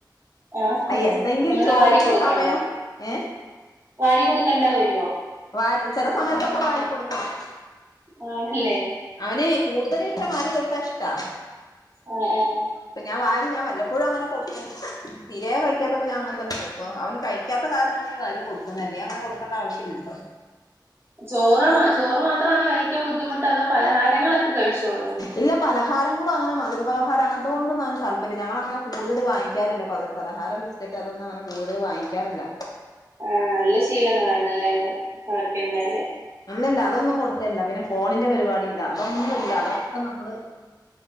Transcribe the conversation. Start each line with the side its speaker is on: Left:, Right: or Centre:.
Right: ആഹ്
Left: അയ് എന്തെങ്കിലും
Right: നമ്മള്
Left: ചോദിക്കുന്ന
Right: വാരി കൊടുക്കണോ
Left: സമയം എ
Right: വാരി കൊടുക്കണ്ടത് വരോ?
Left: വാര് ചെലസമയത്തൊക്കെ വാരി കൊടുക്കണം
Right: ആണല്ലേ <unintelligible>
Left: അവന് കൂടുതലിഷ്ട്ടം വാരി കൊടുത്താ ഇഷ്ടാ
Right: ആഹ് ആഹ്
Left: പ്പ ഞാ വാരി ഞാൻ വല്ലപ്പോഴങ്ങനെ കൊടുക്കും തീരേ കഴിക്കാത്തപ്പ ഞാ അങ്ങതന്നെകൊട്ക്കു അ അവന് കഴിക്ക പിക്കാത്ത കാരണ വാരി കൊടുന്നതന്നെ അങ്ങന കൊക്കേണ്ട ആവശ്യല്ലല്ലോ
Right: ചോറ് ചോറ് മാത്രമാണ് കഴിക്കാൻ ബുദ്ധിമുട്ട് അതോ പലഹാരങ്ങളൊക്കെ കഴിച്ചോളൂ
Left: ഇല്ല പലഹാരങ്ങളും അങ്ങനെ മധുരപലഹാരം അങ്ങനത്ത ഒന്നും അവന് താല്പര്യം ല്ലാഞങ്ങളങ്ങനെ കൂടുതൽ വാങ്ങിക്കറില്ല പലഹാരം ബിസ്ക്കറ്റ് അതൊന്നും അതങ്ങനെ കൂടുതൽ വാങ്ങിക്കറില്ല
Right: ആ് നല്ല ശീലങ്ങളണല്ലേ അതൊക്കെ എന്തായലും
Left: ഇല്ല ഇല്ല അതൊന്നും കൊടുക്കില്ല പിന്നെ ഫോണിന്റെ പരിപാടി ഇല്ല അതൊന്നും ഇല്ല അതൊക്കെ നമ്മള്